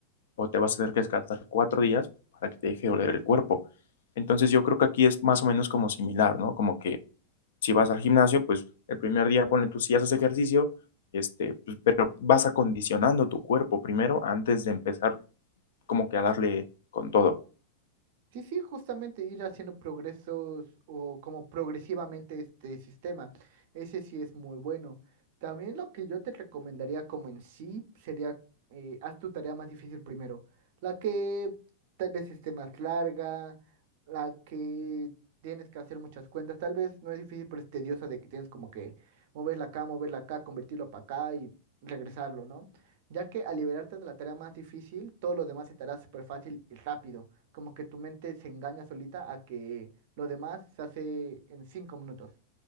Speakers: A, on the left (about 75°); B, on the right (about 50°).
A: o te vas a tener que descansar cuatro días para que te deje doler el cuerpo. Entonces yo creo que aquí es más o menos como similar, ¿no? Como que si vas al gimnasio, pues el primer día ponle tú si haces ejercicio, este, pues, pero vas acondicionando tu cuerpo primero antes de empezar como que a darle con todo.
B: Sí, sí, justamente ir haciendo progresos o como progresivamente este sistema. Ese sí es muy bueno. También lo que yo te recomendaría como en sí sería, eh, haz tu tarea más difícil primero. La que tal vez esté más larga, la que tienes que hacer muchas cuentas. Tal vez no es difícil, pero es tediosa de que tienes como que moverla acá, moverla acá, convertirlo para acá y regresarlo, ¿no? Ya que al liberarte de la tarea más difícil, todo lo demás se te estará súper fácil y rápido como que tu mente se engaña solita a que lo demás se hace en cinco minutos.